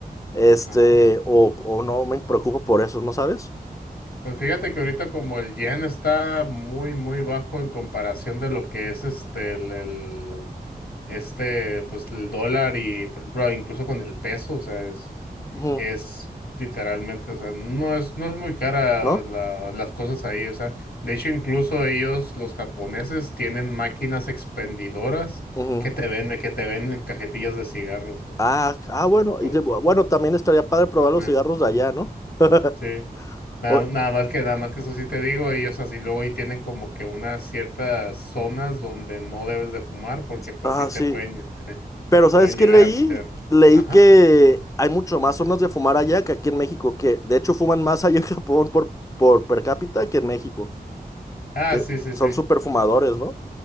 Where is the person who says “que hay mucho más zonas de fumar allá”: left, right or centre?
Left